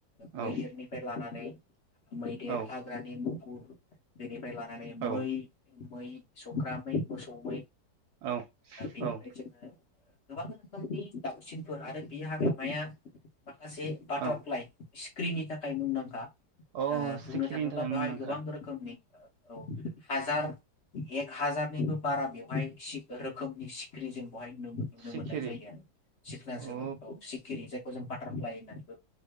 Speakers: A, on the left; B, on the right.
A: मैदेरनिफ्राय
B: औ
A: लानानै मैदेर
B: औ
A: हाग्रानि <unintelligible> फ्राय लानानै
B: औ
A: मै मै सख्रामै मोसौ मै
B: औ
A: बेनिफ्राय
B: औ
A: जोङो गोबां रोखोमनि दाउसिनफोर आरो बे हाग्रामाया माखासे बाटारफ्लाय
B: औ
A: स्क्रिननि थाखाय मुंदांखा ओ
B: अ
A: बुंनो
B: सिखिरिनि
A: थाङोब्ला
B: थाखाय
A: बेहाय
B: मुंदांखा
A: गोबां रोखोमनि औ हाजार एक हाजार निबो बारा बेवहाय रोखोमनि सिखिरि जों बेवहाय नुनो
B: सिखिरि
A: मोननाय जायो आरो सिकना जोलाव
B: औ
A: सिखिरि जायखौ जों बाटारफ्लाइ होननानै